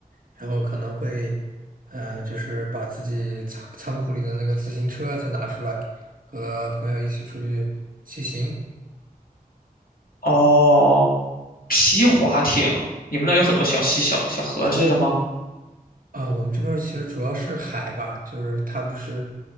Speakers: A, on the right; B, on the left.
A: 然后可能会，呃，就是把自己仓仓库里的那个自行车再拿出来，和朋友一起出去骑行。
B: 哦，皮划艇，你们那儿有很多小溪、小小河之类的吗？
A: 啊，我们这边儿其实主要是海吧，就是它不是，